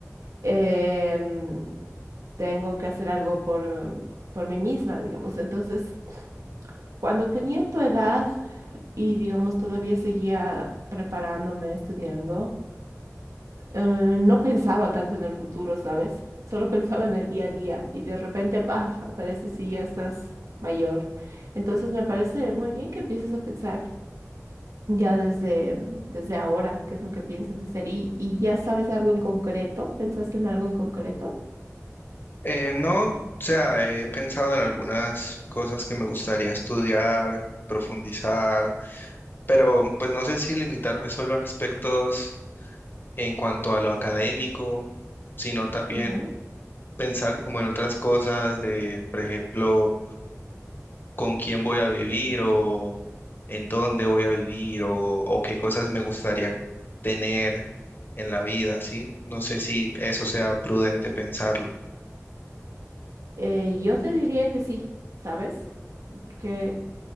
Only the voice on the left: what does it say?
Eh, no, o sea, he pensado en algunas cosas que me gustaría estudiar, profundizar pero pues no sé si limitarme solo a aspectos en cuanto a lo académico, sino también
pensar como en otras cosas de, por ejemplo, con quién voy a vivir o en dónde voy a vivir o, o qué cosas me gustaría tener en la vida, ¿sí? No sé si eso sea prudente pensarlo.